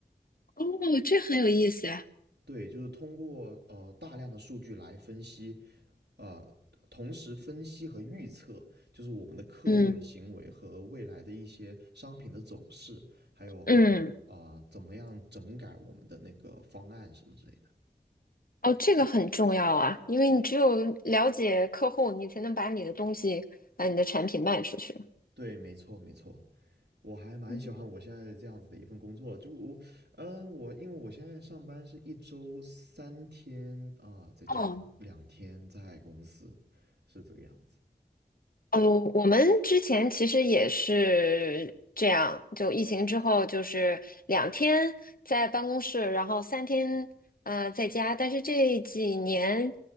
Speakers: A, on the left; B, on the right.
A: 哦，这很有意思呀。
B: 对，就是通过呃大量的数据来分析，啊、同时分析和预测，就是我们的客户的行为和未来的一些商品的走势，
A: 嗯
B: 还有啊啊、
A: 嗯，
B: 怎么样整改我们的那个方案什么之类的。
A: 哦，这个很重要啊，因为你只有了解客户，你才能把你的东西、把你的产品卖出去。
B: 对，没错没错，我还蛮喜欢我现在这样子的一份工作了。
A: 嗯，
B: 就我，嗯，我因为我现在上班是一周三天啊、在家，
A: 哦
B: 两天在公司，是这个样子。
A: 哦，我们之前其实也是这样，就疫情之后就是两天在办公室，然后三天啊在家，但是这几年，